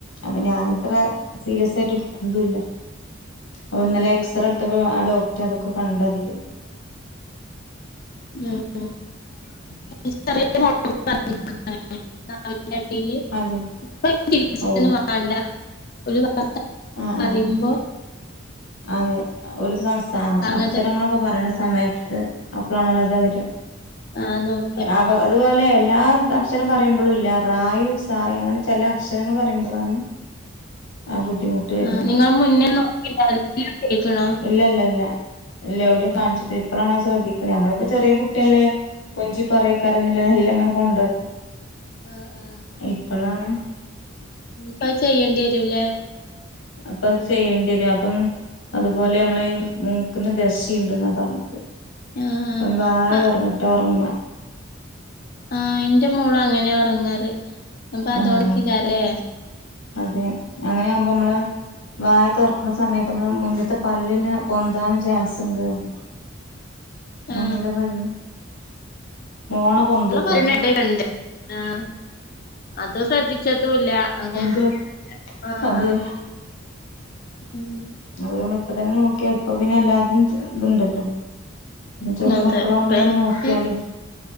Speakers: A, on the left; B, on the left.
A: അപ്പൊ ഞാന് അത്ര സീരിയസ് ആയിട്ട് ഇട്ത്തതുല്ല അപ്പൊ ഇന്നല്ലെ എക്സറട്ത്തപ്പോ ആ ഡോക് റ്റ് അതൊക്കെ കണ്ടതില്
B: ഏഹ് <unintelligible> നാവിന്റെ അടീല് <unintelligible>
A: അതെ
B: പ്പൊ <unintelligible>
A: ഓ
B: വേണ്ട ഓല് <unintelligible>
A: ആ
B: <unintelligible> പറീമ്പൊ
A: ആ അതെ ഓല് സം സ മ്
B: അങ്ങനത്തെ
A: അക്ഷരങ്ങളൊക്കെ പറയണ സമയത്ത് അപ്പളാണല്ലോത് വര
B: ആഹ് നോക്കിയ
A: അപ്പൊ അതുപോലെ എല്ലാ അക്ഷരം പ റീമ്പളുല്ല റായും സായും അങ്ങനെയ ചെല അക്ഷരങ്ങൾ പറയുമ്പോളാണ് ആ ബുദ്ധിമുട്ട് വരുന്നത്
B: ആഹ് നിങ്ങള് മുന്നേ നോക്കിണ്ടായ് ഇന്നെ കേക്കണ
A: ഇല്ല ഇല്ല ഇല്ല ഇല്ല എവിടിംയും കാണിച്ചിട്ട് ഇപ്പഴാണ് ശ്രദ്ധിക്കണേ നമ്മളിപ്പോ ചെറിയ കുട്ടിയല്ലേ കൊഞ്ചി പറയ കാരംന്നല്ല മെല്ലങ്ങനെ കൊണ്ടടന്ന്
B: ആ ആ
A: ഇപ്പളാണ്
B: പ്പഅയ് ചെയ്യേണ്ടി വരൂല്ലേ
A: അപ്പൊ അത് ചെയ്യേണ്ടിരും അപ്പം അതുപോലെ നമ്മള് മൂക്കിന് ദശയുണ്ട്ന്നാ പറഞ്ഞത്
B: ആ
A: ഓന് വായ
B: ആ
A: തൊറന്നിട്ടാറങ്ങ
B: ആഹ് എന്റെ മോള് അങ്ങനെയ ഉറങ്ങാറ് അപ്പൊ അതോണ്ടയ്ക്കാരല്ലേ
A: ആഹ് അതെ അങ്ങനെ ആവുമ്പോ അമ്മള് വായ തൊറക്കണ സമയത്ത് അമ്മളെ മുന്നത്തെ പല്ലിന് പൊന്താൻ ചാൻസ് ഉണ്ട് പറഞ്ഞ് മുന്നിലെ
B: ആ
A: പല്ലിന് മോണ പൊന്തൂത്രേ
B: ഇവിളെ പല്ലിന് <unintelligible> ആ അത് ശ്രദ്ധിച്ചതുംല്ല അങ്ങനെ
A: തെ
B: ആ
A: അതെ
B: ആ ഉം
A: അത് നമ്മളിപ്പ തന്നെ നോക്കിയാ ഇപ്പ പിന്നെ എല്ലാത്തിനും ഇതുണ്ടല്ലോ പിന്നെ ചെറിയ
B: അതെ
A: മക്കളാകുമ്പോ
B: ഇപ്പ
A: തന്നെ നോക്കിയാലേ